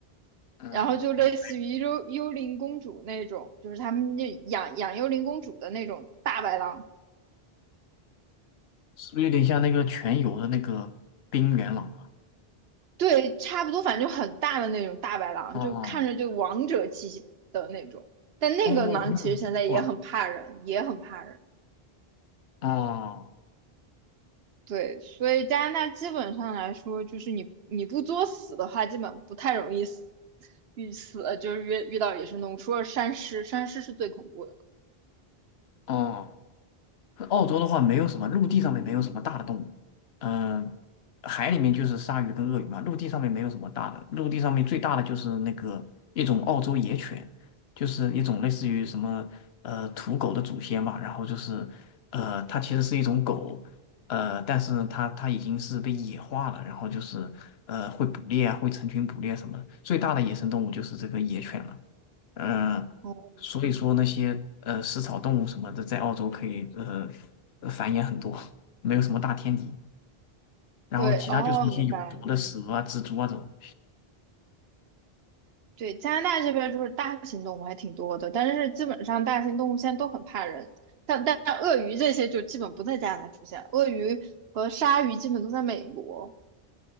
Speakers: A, on the left; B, on the right.
A: 嗯嗯，
B: 然后就类似于幽幽灵公主那种，就是他们那养养幽灵公主的那种大白狼，
A: 是不是有点像那个全游的那个冰原狼啊？
B: 对，差不多，反正就很大的那种大白狼，
A: 哦
B: 就看着就王者气息的那种。但那个狼其实现在也很怕人，
A: 哦，那很不错
B: 也很怕人。
A: 啊哦
B: 对，所以加拿大基本上来说，就是你你不作死的话，基本不太容易死，遇死就是遇遇到野生动物，除了山狮，山狮是最恐怖的。
A: 哦。澳洲的话，没有什么陆地上面没有什么大的动物，嗯、海里面就是鲨鱼跟鳄鱼嘛，陆地上面没有什么大的，陆地上面最大的就是那个一种澳洲野犬，就是一种类似于什么呃土狗的祖先吧，然后就是呃它其实是一种狗，呃但是它它已经是被野化了，然后就是呃会捕猎啊，会成群捕猎什么的，最大的野生动物就是这个野犬了，嗯、
B: 哦，
A: 所以说那些呃食草动物什么的，在澳洲可以呃呃繁衍很多，没有什么大天敌。然后其他就是一些有毒的蛇啊、
B: 对，哦，明白了。
A: 蜘蛛啊这种，
B: 对，加拿大这边就是大型动物还挺多的，但是基本上大型动物现在都很怕人，像但但鳄鱼这些就基本不在加拿大出现，鳄鱼和鲨鱼基本都在美国。